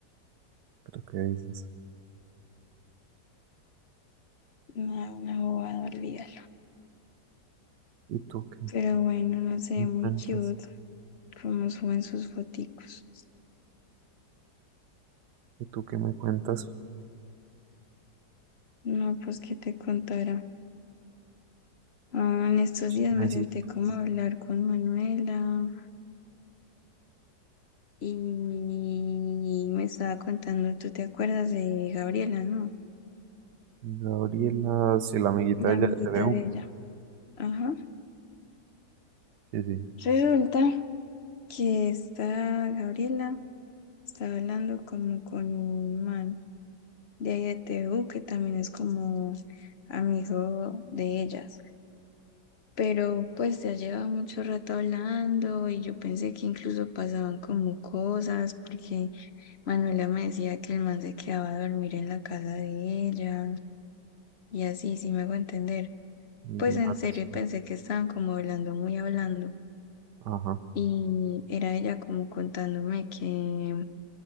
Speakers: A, on the right; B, on the left.
A: pero ¿qué dices?
B: <laughs> Una, una bobada olvidar.
A: ¿Y tú qué
B: Pero bueno, no sé,
A: me
B: muy
A: cuentas?
B: cute como suben sus foticos.
A: ¿Y tú qué me cuentas?
B: No, pues qué te contará. Ah, en estos
A: Chismecito.
B: días me senté como a hablar con Manuela y me estaba contando, ¿tú te acuerdas de Gabriela, no?
A: Gabriela, si la amiguita
B: La
A: de ella
B: amiguita
A: de TVU.
B: de ella. Ajá.
A: Sí, sí.
B: Resulta que esta Gabriela estaba hablando como con un man. de ahí de T TU, que también es como amigo de ellas. Pero pues ya lleva mucho rato hablando y yo pensé que incluso pasaban como cosas, porque Manuela me decía que el man se quedaba a dormir en la casa de ella y así, sí me hago entender.
A: El
B: Pues
A: día.
B: en
A: antes.
B: serio pensé que estaban como hablando, muy hablando.
A: Ajá.
B: Y era ella como contándome que